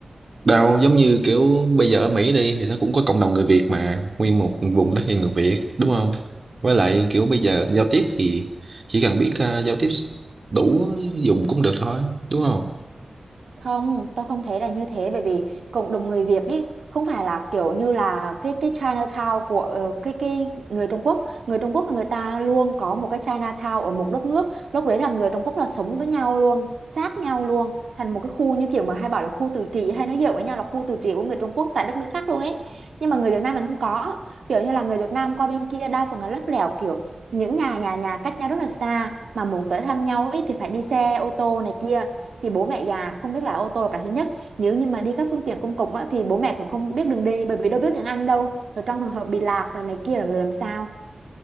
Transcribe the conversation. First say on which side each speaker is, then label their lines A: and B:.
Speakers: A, on the right; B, on the right.
A: Đâu giống như kiểu bây giờ ở Mỹ đi thì nó cũng có cộng đồng người Việt mà, nguyên một vùng đó thì người Việt, đúng không? Với lại kiểu bây giờ giao tiếp thì chỉ cần biết ờ, giao tiếp đủ dùng cũng được thôi, đúng không?
B: Không, tôi không thấy là như thế bởi vì cộng đồng người Việt ý không phải là kiểu như là cái cái Chinatown của ờ, cái cái người Trung Quốc, người Trung Quốc là người ta luôn có một cái Chinatown ở một đất nước, lúc đấy là người Trung Quốc là sống với nhau luôn, sát nhau luôn, thành một cái khu như kiểu mà hay bảo là khu tự trị hay nói giỡn với nhau là khu tự trị của người Trung Quốc tại đất nước khác luôn ấy. Nhưng mà người Việt Nam mình không có, kiểu như là người Việt Nam qua bên kia đa phần là lắt léo kiểu những nhà nhà nhà cách nhau rất là xa mà muốn tới thăm nhau ấy thì phải đi xe ô tô này kia thì bố mẹ già không biết lái ô tô là cái thứ nhất nếu như mà đi các phương tiện công cộng á, thì bố mẹ cũng không biết đường đi bởi vì đâu biết tiếng Anh đâu rồi trong trường hợp bị lạc rồi này kia là người làm sao